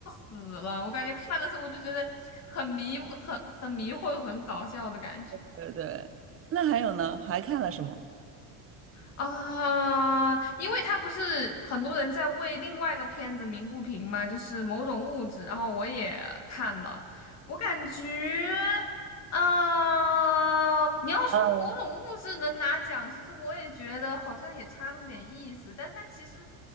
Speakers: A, on the left; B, on the right.
A: 死了！我感觉看的时候我就觉得很迷，很很迷惑，很搞笑的感觉。
B: 对对，那还有呢？还看了什么？
A: 啊，因为他不是很多人在为另外一个片子鸣不平嘛，就是某种物质，然后我也看了，我感觉，嗯、你要说某种物质能拿奖，
B: 呃，
A: 其实我也觉得好像也差那么点意思，但是它其实